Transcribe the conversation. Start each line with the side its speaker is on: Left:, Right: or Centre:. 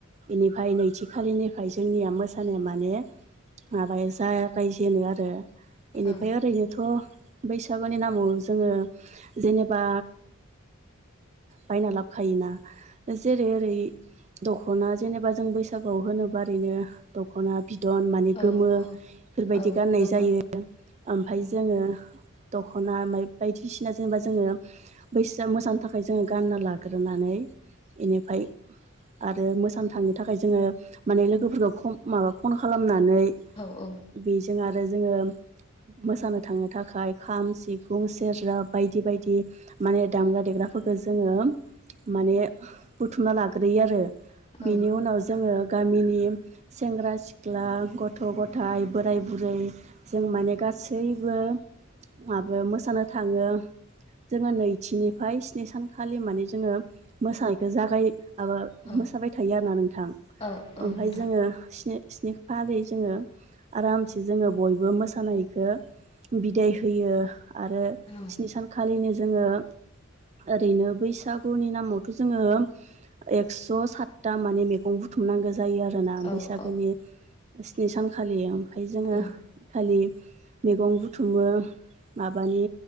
Right: एनिफ्राय नैथि खालिनिफाय जोंनिया मोसानो मोन ने माबाया जागायजेनो आरो एनिफाय
Left: औ
Right: ओरैनोथ' बैसागुनि नामाव जोङो जेनेबा बायना लाबखायोना जेरै ओरै, दख'ना जेनेबा जों बैसागोआव होनोबा ओरैनो दख'ना बि दन माने
Left: औ
Right: गोमो बेफोरबायदि
Left: औ औ
Right: गाननाय
Left: गोमो
Right: जायो ओमफ्राय
Left: उम
Right: जोङो दख'ना ओफ्राय बायदिसिना जेनेबा जोङो बैसागु मोसानो थाख ओमफ्राय जोङो गानना लाग्रोनानै एनिफ्राय आरो मोसानो थांनो थाखाय जोङो माने लोगोफोरखौ खम माबा फन खालाम नानै
Left: औ औ
Right: बेजों आरो जोङो मोसानो थांनो थाखाय खाम सिफुं सेरजा बायदि बायदि माने दामग्रा देग्रा फोर खो जोङो माने बुथुमना लाग्रोयो आरो बेनि
Left: औ
Right: उनाव जोङो गामिनि सेंग्रा सिख्ला गथ' गथायाइ बोराय बुरै जों माने गा सैबो माबा मोसानो थाङो जोङो नैथिनिफाय नि सानखालि माने जोङो मोसानायखौ जागाय माबा
Left: औ
Right: मोसाबाय थायो आरोना नोंथां
Left: औ औ
Right: ओमफाय
Left: नोंथां
Right: जोङो स्नि स्नि खालि जोङो आरामसे जोङो बयबो मोसानायखौ बिदाय होयो आरो
Left: औ
Right: स्नि सानखालिनो जोङो ओरैनो बैसागुनि नामावथ' जोङो एक्स' सातथा माने मैगं बुथुमनांगो जायो आरोना
Left: औ
Right: बैसागोनि स्नि सानखालि ओमफ्राय जोङो
Left: औ
Right: एखालि मैगं बुथुमो माबानि